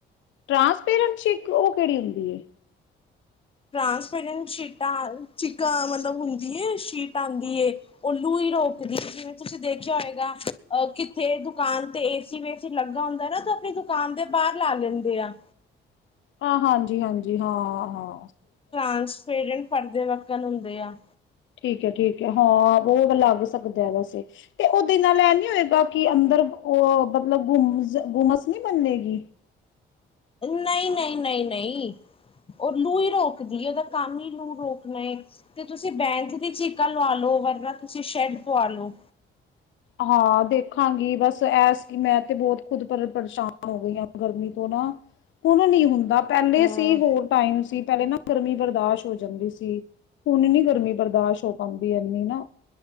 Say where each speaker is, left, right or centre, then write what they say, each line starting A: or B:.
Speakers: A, on the left; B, on the left.
A: ਟ੍ਰਾਂਸਪੇਰੈਟ ਚੀਕ ਇੱਕ ਉਹ ਕਿਹੜੀ ਹੁੰਦੀ ਹੈ
B: ਟ੍ਰਾਂਸਪੇਰੈਂਟ ਸ਼ੀਟਾਂ ਚੀਕਾ ਮਤਲਬ ਹੁੰਦੀ ਹੈ ਸ਼ੀਟ ਆਉਂਦੀ ਹੈ ਉਹ ਲੂੰ ਹੀ ਰੋਕਦੀ ਜਿਵੇਂ ਤੁਸੀਂ ਦੇਖਿਆ ਹੋਏਗਾਹ ਕਿੱਥੇ ਦੁਕਾਨ ਤੇ ਏਸੀ ਵੇਸੀ ਲੱਗਾ ਹੁੰਦਾ ਨਾ ਤੇ ਆਪਣੀ ਦੁਕਾਨ ਦੇ ਬਾਹਰ ਲਾ ਲੈਂਦੇ ਆ
A: ਹਾਂ ਹਾਂਜੀ ਹਾਂਜੀ ਹਾਂ ਹਾਂ
B: ਟਰਾਂਸਫੇਰੈਂਟ ਪੜ੍ਹਦੇ ਵੱਕਣ ਹੁੰਦੇ ਆ
A: ਠੀਕ ਹੈ ਠੀਕ ਹੈ ਹਾਂ ਉਹ <unintelligible> ਲੱਗ ਸਕਦਾ ਵੈਸੇ, ਤੇ ਉਹਦੇ ਨਾਲ ਏਹ ਨੀ ਹੋਏਗਾ ਕਿ ਅੰਦਰ ਉਹ ਮਤਲਬ ਗੁਮ ਗੁੰਮਸ ਨੀ ਮੰਨੇਗੀ?
B: ਨਹੀਂ-ਨਹੀਂ-ਨਹੀਂ-ਨਹੀਂ ਉਹ ਲੂ ਹੀ ਰੋਕਦੀ ਏ, ਉਹਦਾ ਕੰਮ ਹੀ ਲੂ ਰੋਕਣਾ ਹੈ। ਤੇ ਤੁਸੀਂ ਬੈਂਚ ਦੀ ਚੀਕਾ ਲਵਾ ਲਓ, ਵਰਨਾ ਤੁਸੀਂ ਸ਼ੈੱਡ ਪਵਾ ਲਓ।
A: ਹਾਂ ਦੇਖਾਂਗੀ ਬਸ ਐ ਸੀ ਮੈਂ ਤੇ ਬਹੁਤ ਖੁਦ ਪਰ ਪਰੇਸ਼ਾਨ ਹੋ ਗਈ ਹਾਂ ਗਰਮੀ ਤੋਂ ਨਾ, ਹੁਣ ਨੀ ਹੁੰਦਾ। ਪੈਲੇ
B: ਹਾਂ
A: ਸੀ, ਹੋਰ ਟਾਈਮ ਸੀ। ਪੈਲੇ ਨਾ ਗਰਮੀ ਬਰਦਾਸ਼ ਹੋ ਜਾਂਦੀ ਸੀ। ਹੁਣ ਨੀ ਇੰਨੀ ਗਰਮੀ ਬਰਦਾਸ਼ ਹੋ ਪਾਂਦੀ ਇੰਨੀ ਨਾ।